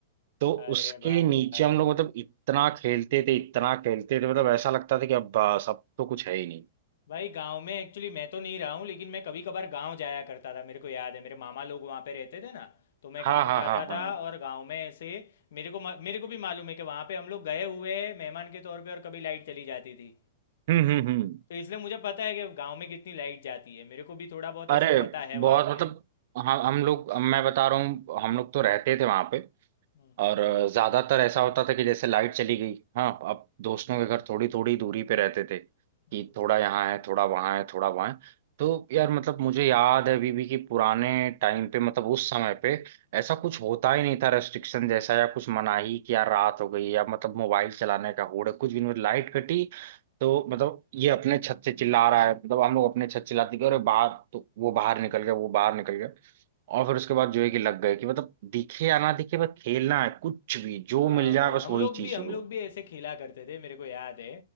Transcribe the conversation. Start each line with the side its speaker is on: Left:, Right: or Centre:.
Right: तो
Left: अरे
Right: उसके
Left: भाई
Right: नीचे हम लोग मतलब इतना खेलते थे इतना खेलते थे मतलब ऐसा लगता था कि अब अ, सब तो कुछ है ही नहीं
Left: भाई गांव में एक्चुअली मैं तो नहीं रहा हूँ लेकिन मैं कभी कभार गांव जाया करता था मेरे को याद है मेरे मामा लोग वहाँ पे रहते थे ना तो मैं
Right: हाँ
Left: गांव
Right: हाँ
Left: जाता
Right: हाँ हाँ
Left: था और गांव में ऐसे मेरे को म- मेरे को भी मालूम है कि वहाँ पे हम लोग गए हुए हैं मेहमान के तौर पे और कभी लाइट चली जाती थी
Right: हम्म हम्म हम्म
Left: तो इसलिए मुझे पता है कि गांव में कितनी लाइट जाती है मेरे को भी थोड़ा बहुत
Right: अरे
Left: ऐसे पता है
Right: बहुत
Left: वहाँ पे
Right: मतलब हम हम लोग मैं बता रहा हूँ हम लोग तो रहते थे वहां पे
Left: हम्म,
Right: और अ, ज्यादातर ऐसा होता था कि जैसे लाइट चली गई हाँ अब दोस्तों
Left: हम्म,
Right: के घर थोड़ी थोड़ी दूरी पे रहते थे कि
Left: हम्म,
Right: थोड़ा
Left: हम्म।
Right: यहाँ है थोड़ा वहाँ है थोड़ा वहाँ है तो यार मतलब मुझे याद है अभी भी कि पुराने टाइम पे मतलब उस समय पे ऐसा कुछ होता ही नहीं था रेस्ट्रिक्शन जैसा या कुछ मनाही कि यार रात हो गई या मतलब मोबाइल चलाने का होड़ है कुछ भी नहीं लाइट कटी तो मतलब ये अपने छत से चिल्ला रहा है मतलब हम लोग अपने छत चिल्लाते कि अरे बाहर तो वो बाहर निकल गया वो बाहर निकल गया और फिर उसके बाद जो है कि लग गए कि मतलब दिखे या ना दिखे बस खेलना है कुछ भी जो
Left: हाँ
Right: मिल जाए
Left: भाई
Right: बस
Left: हम
Right: वही
Left: लोग भी
Right: चीज
Left: हम
Right: हो
Left: लोग भी ऐसे खेला करते थे मेरे को याद है